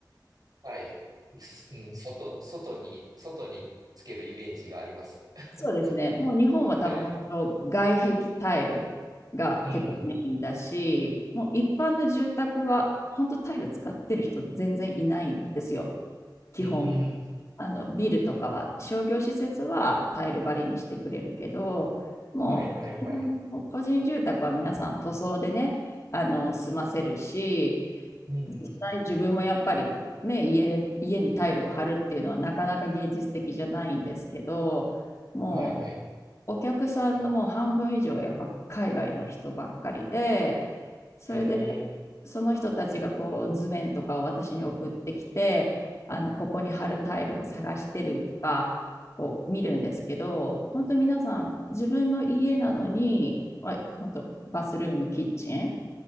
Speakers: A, on the right; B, on the left.
A: はい。すうん、外、外に、外につけるイメージがあります。<laughs>
B: そうですね。もう日本は多分本当外壁タイルが結構メインだし、
A: はい。うん。
B: もう一般の住宅は本当タイル使ってる人全然いないんですよ、基本。
A: うーん。
B: あのビルとかは商業施設はタイル張りにしてくれるけど、もう基本の個人住宅は皆さん塗装でね、
A: はいはいはい。
B: あの済ませるし、
A: うんうん。
B: 実際自分もやっぱりね、家、家にタイルを張るっていうのはなかなか現実的じゃないんですけど、も
A: はいはい。
B: うお客さんのもう半分以上はやっぱ海外の人ばっかりで、それで
A: えー。
B: その人たちがこう図面とかを私に送ってきて、あのここに貼るタイルを探してるとか、こう見るんですけど、本当皆さん自分の家なのに、まあ、本当バスルーム、キッチン、